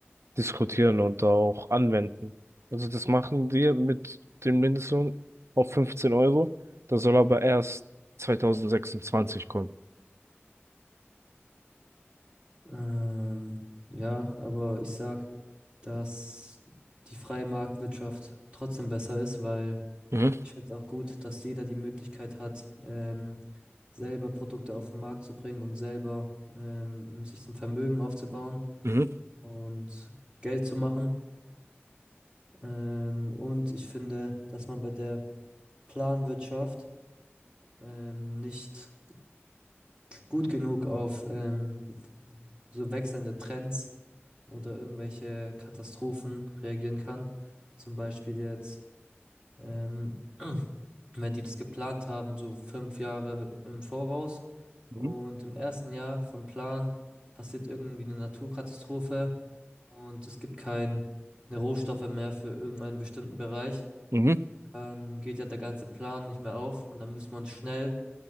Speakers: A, on the right; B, on the right.
A: diskutieren und auch anwenden. Also das machen wir mit dem Mindestlohn auf 15 Euro. Das soll aber erst 2026 kommen.
B: Ähm, ja, aber ich sag, dass die freie Marktwirtschaft trotzdem besser ist, weil
A: Mhm.
B: Ich finde es auch gut, dass jeder die Möglichkeit hat, ähm, selber Produkte auf den Markt zu bringen und selber ähm, sich ein Vermögen aufzubauen
A: Mhm.
B: und Geld zu machen. Ähm, und ich finde, dass man bei der Planwirtschaft ähm, nicht gut genug auf ähm, so wechselnde Trends oder irgendwelche Katastrophen reagieren kann. Zum Beispiel jetzt. Ähm, <clears throat> weil die das geplant haben, so fünf Jahre im Voraus. Und
A: Mhm.
B: im ersten Jahr vom Plan passiert irgendwie eine Naturkatastrophe und es gibt keine Rohstoffe mehr für irgendeinen bestimmten Bereich.
A: Mhm.
B: Dann geht ja der ganze Plan nicht mehr auf und dann muss man schnell